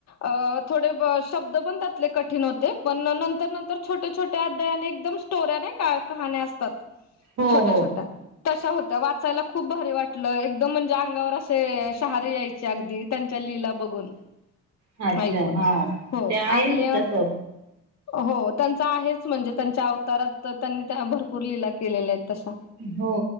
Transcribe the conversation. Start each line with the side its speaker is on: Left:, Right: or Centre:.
Left: अ थोडे शब्द पण त्यात, लय कठीण होते, पण नंतर नंतर छोटे छोट्या अध्यायाने एकदम स्टोऱ्या नाही का कहाण्या असतात.
Right: हो
Left: छोट्या
Right: हो
Left: छोट्या तशा होत्या, वाचायला खूप भारी वाटलं एकदम म्हणजे अंगावर असे शहारे यायचे. अगदी त्यांच्या लीला बघून
Right: ''अच्छा''!
Left: ऐकून
Right: हा
Left: हो
Right: ते आहे
Left: आणि
Right: तस.
Left: हो, त्यांचा आहेच म्हणजे त्यांच्या अवतारात त्यांनी भरपूर लीला केलेल्या आहेत तशा.
Right: हो.